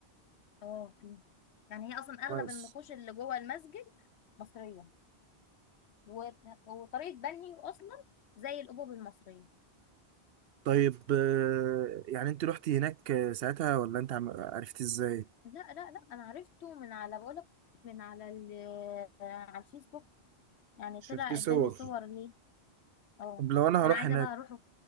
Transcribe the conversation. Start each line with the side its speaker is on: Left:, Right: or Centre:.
Left: اه في يعني هي اصلا اغلب
Right: كويس
Left: النقوش اللي جوه المسجد مصريه و- وطريقه بنيه اصلا زي الابواب المصريه
Right: طيب آه، يعني انت رحتي هناك آه، ساعتها ولا انت عم- عرفتي ازاي
Left: لا لا لا انا عرفته من على بقولك من على ال- آه، على الفيسبوك يعني
Right: شفت
Left: طلع
Right: صور
Left: قدامي صور ليه اه
Right: طب لو انا
Left: فانا
Right: هروح
Left: عايزه
Right: هناك
Left: بقى اروحه